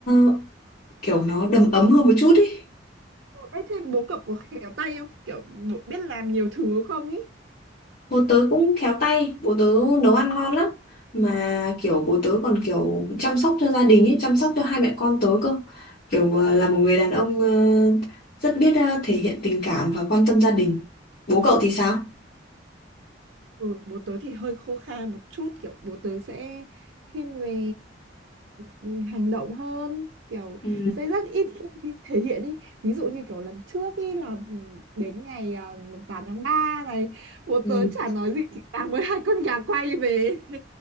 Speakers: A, on the left (about 50°); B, on the right (about 80°).
A: ờ, kiểu nó đầm ấm hơn một chút ý
B: Ê, thế bố cậu có khéo tay không? Kiểu bố biết làm nhiều thứ không ý?
A: Bố tớ cũng khéo tay, bố tớ nấu ăn ngon lắm. Mà kiểu bố tớ còn kiểu chăm sóc cho gia đình ấy, chăm sóc cho hai mẹ con tớ cơ. Kiểu ờ, là một người đàn ông ờ, rất biết ờ, thể hiện tình cảm và quan tâm gia đình. Bố cậu thì sao?
B: Ừ, bố tớ thì hơi khô khan một chút, kiểu bố tớ sẽ thiên về ừ, hành động hơn, kiểu
A: Ừ.
B: sẽ rất ít khi thể hiện ý. Ví dụ như kiểu lần trước ý là ừ, đến ngày à, mùng 8 tháng 3 này, bố tớ
A: Ừ.
B: chả nói gì chỉ mang mới hai con gà quay về.